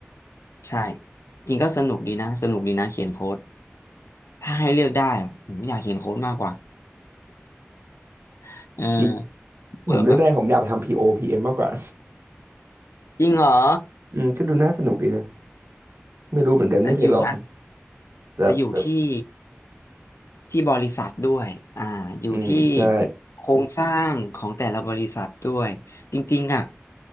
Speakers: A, on the left (about 80°); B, on the right (about 65°).
A: ใช่จริงก็สนุกดีนะสนุกดีนะเขียนโค้ดถ้าให้เลือกได้อะผมอยากเขียนโค้ดมากกว่า <laughs> เออ
B: จริงผมเลือกได้ผมอยากไปทำ
A: แล้วแบบ
B: PO PM มมากกว่า
A: จริงเหรอ
B: <laughs> อืมก็ดูน่าสนุกดีนะ ไม่รู้เหมือนกันไม่เคยลอง
A: อาจจะอยู่อาจ
B: แต่แบบ
A: จะอยู่ที่ ที่บริษัทด้วยอ่าอยู่ที่
B: อืมใช่
A: โครงสร้างของแต่ละบริษัทด้วยจริงๆอ่ะ